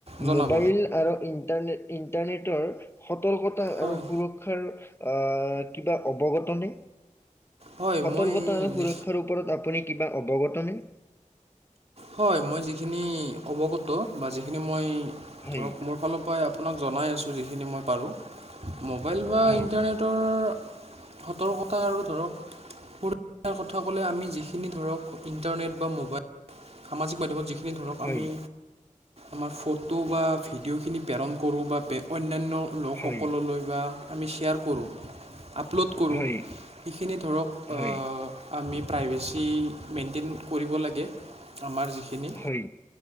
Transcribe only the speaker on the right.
জনাব
হয়
হয়
মই
যি
হয়, মই যিখিনি অৱগত বা যিখিনি মই
ধৰক মোৰ এফালৰপৰাই আপোনাক জনাই আছোঁ যিখিনি মই পাৰোঁ। মোবাইল বা
ইণ্টাৰনেট টৰ সতৰ্কতা আৰু ধৰক সুৰক্ষাৰ কথা ক'লে আমি যিখিনি ধৰক ইণ্টাৰনেট বা ম'বাইল সামাজিক মাধ্যমত যিখিনি ধৰক
আমি আমাৰ ফটো বা ভিডিঅ'খিনি প্ৰেৰণ কৰোঁ বা অন্যান্য লোকসকললৈ
বা আমি শ্বেয়াৰ কৰোঁ, আপলোড কৰোঁ
সেইখিনি ধৰক
আ আমি প্ৰাইভেচি মেইনটেইন কৰিব লাগে। আমাৰ যিখিনি